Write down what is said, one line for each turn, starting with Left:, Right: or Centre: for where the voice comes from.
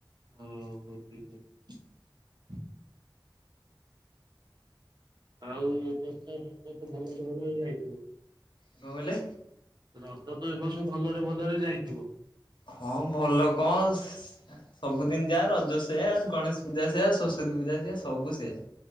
Right: ହଁ ହୋ ଠିକ ଅଛି। ଆଉ <unintelligible> ଭଲରେ ଭଲ ହେଇ <unintelligible>
Left: କଣ କହିଲେ?
Right: ରଜ ତ ଏ ବର୍ଷ ଭଲରେ ଭଲରେ ଯାଇଥିବ।
Left: ହଁ ଭଲ କଁ ସବୁଦିନ୍ ଯାହା ରଜ ସେଆ ଗଣେଶ ପୂଜା ସେଆ ସରସ୍ଵତୀ ପୂଜା ସିଆ ସବୁ ସେଆ।